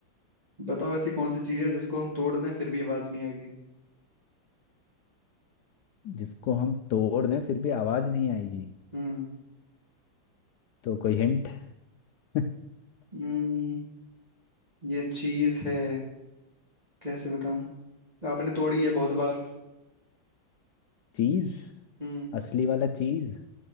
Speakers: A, on the right (about 20°); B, on the left (about 70°).
A: बताओ ऐसी कौन सी चीज है जिसको हम तोड़ दें फिर भी आवाज नहीं आएगी
B: जिसको हम तोड़ दें फिर भी आवाज नहीं आएगी
A: हम्म
B: तो कोई हिंट <laughs>
A: हम्म, ये चीज है कैसे बताऊं आपने तोड़ी है बहुत बार
B: चीज
A: हम्म
B: असली वाला चीज